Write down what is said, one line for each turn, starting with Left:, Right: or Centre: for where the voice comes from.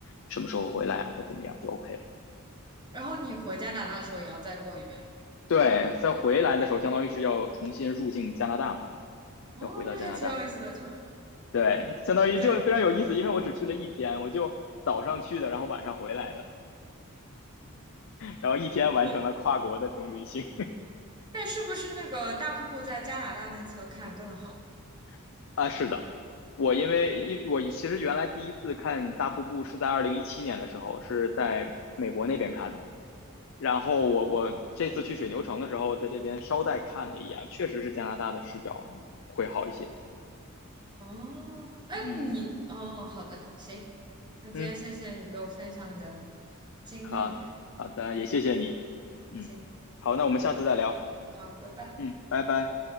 Left: 什么时候回来啊，或怎么样就 OK 了。
Right: 然后你回加拿大的时候也要再过一遍。
Left: 对，在回来的时候，相当于是要重新入境加拿大嘛，
Right: 哦，
Left: 要回到加拿大。
Right: 那还挺有意思的，就是
Left: 对，相当于就非常有意思，
Right: 对，
Left: 因为我只去了一天，我就早上去的，然后晚上回来的。然后一天完成了跨国的这种旅行
Right: 我，但是不是那个大瀑布在加拿大那侧看更好？
Left: <laughs> 啊。是的，我因为因我其实原来第一次看大瀑布是在二零一七年的时候，是在美国那边看的。然后我我这次去水牛城的时候，在这边捎带看了一眼，确实是加拿大的视角会好一些。
Right: 哦，哎，
Left: 嗯
Right: 你，哦，好的，行，那今天谢谢你给我分享你的经历，
Left: 嗯，好好的，也谢谢你。嗯，
Right: 行，
Left: 好，那我们下次再聊。
Right: 好，拜拜。
Left: 嗯，拜拜。